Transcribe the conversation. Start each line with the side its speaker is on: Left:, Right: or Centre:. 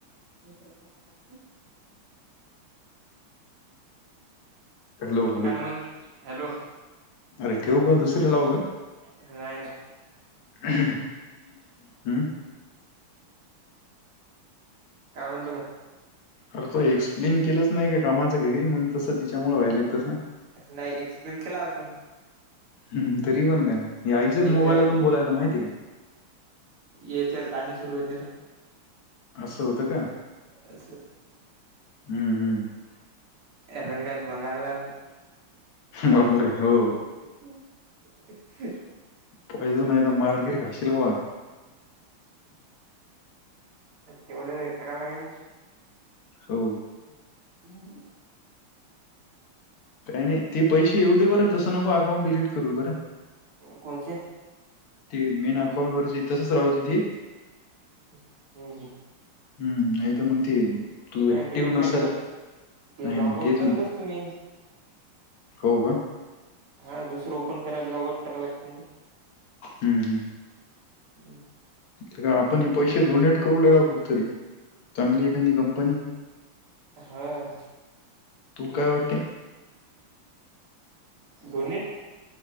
Right: ह ब
Left: हॅलो हॅलो
Right: काय म्हण हॅलो
Left: अरे ठेवू का दुसरे लावू का
Right: नाही नाही
Left: हम
Right: काय म्हणतो मग
Left: अर त एक्सप्लेन केलंच नाही का कामाचं घरी मग तसं तिच्यामुळे व्हायला तसं
Right: नाही एक्सप्लेन केला आपण
Left: ह तरी पण काय आईच्याच
Right: याच्यावर
Left: मोबाईलतून बोलायला माहिती काय
Right: याच्यावर गाणी सुरु होतील ना
Left: असं होतं का
Right: अ
Left: हम्म हम्
Right: रंगात बंगाणला
Left: बापर हो
Right: ह् <inaudible>
Left: पॉइझन नाही त मारगिर खशील बा.
Right: तेवढं करायला लागेल ना
Left: हो
Right: हम्म
Left: काही नाही ते पैसे येऊ दे बरं तसं नको अकाउंट डिलीट करू बरं.
Right: कोणचे
Left: ती मेन अकाउंट वरची तसच राहूदे ती.
Right: हम् हम्
Left: हम्म नाही तर मग ते तू
Right: नाही
Left: ॲक्टिव्ह
Right: डिडिट नाही
Left: नसेल
Right: करत ते
Left: नाही,
Right: लॉग
Left: नाही.
Right: आउट
Left: तेच मग.
Right: करत असतो मी.
Left: हो का
Right: हा दुसर ओपन कराला लॉग आउट कराय लाग ना.
Left: हम् हम्
Right: हम्म
Left: ते का आपण हे पैसे डोनेट करू ला का कुठेतरी चांगली एखादी कंपनी
Right: हां
Left: तू काय वाटते.
Right: डोनेट